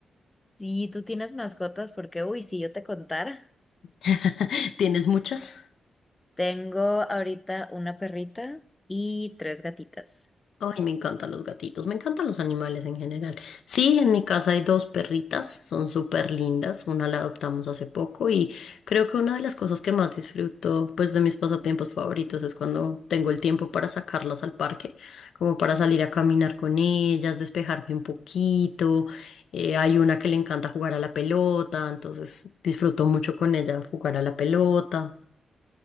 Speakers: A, on the left; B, on the left.
A: Si tú tienes mascotas, porque, uy, si yo te contara,
B: <laughs> ¿Tienes muchas?
A: tengo ahorita una perrita y tres gatitas.
B: Ay, me encantan los gatitos, me encantan los animales en general. Sí, en mi casa hay dos perritas, son súper lindas, una la adoptamos hace poco y creo que una de las cosas que más disfruto, pues de mis pasatiempos favoritos es cuando tengo el tiempo para sacarlas al parque, como para salir a caminar con ellas, despejarme un poquito. Eh, hay una que le encanta jugar a la pelota, entonces disfruto mucho con ella jugar a la pelota.